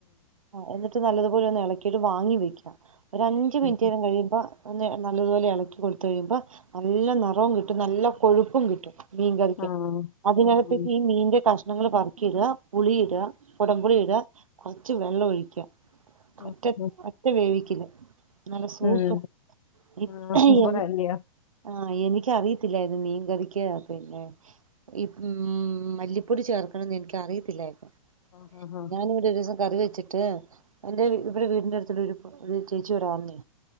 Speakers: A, on the right; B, on the left.
A: എന്നിട്ട് നല്ലതുപോലെ ഒന്ന് ഇളക്കിട്ട് മാങ്ങി വെക്ക ഒരു അഞ്ചു മിനിറ്റേരം
B: ഉം ഉം
A: കഴിയുമ്പോ ഒന്ന് നല്ലതുപോലെ ഇളക്കി കൊടുത്ത് കഴിയുമ്പോ നല്ല നിറവും കിട്ടും നല്ല കൊഴുപ്പും കിട്ടും മീൻ കറിക്ക്
B: ആ
A: അതിനകത്തേക്ക്
B: ഉം
A: ഈ മീന്റെ കഷ്ണങ്ങള് പെറക്കിയിട പുളിയിട കൊടംപുളിയിട കുറച്ച് വെള്ളം ഒഴിക്ക
B: ആഹ്
A: ഒറ്റ്
B: ആഹ് ഉം
A: ഒറ്റ വേവിക്കല് നല്ല സൂപ്പർ
B: ഉം
A: ഇ
B: ആഹ്
A: <unintelligible>
B: സൂപ്പറല്ലിയോ
A: ആ എനിക്കറിയത്തില്ലായിരുന്ന് മീൻ കറി നിക്ക് പിന്നെ ഈമ് മല്ലിപ്പൊടി ചേർക്കണംന്ന് എനിക്ക് അറിയത്തില്ലായിരുന്നു
B: ഹാ ഹാ ഹാ
A: ഞാനിവിടെ ഒരു ദിവസം കറി വെച്ചിട്ട് എന്റെ വി ഇവിരെ വീടിന്റെ അടുത്തുള്ളരു ഒരു ചേച്ചി ഇവിടെ വന്നേ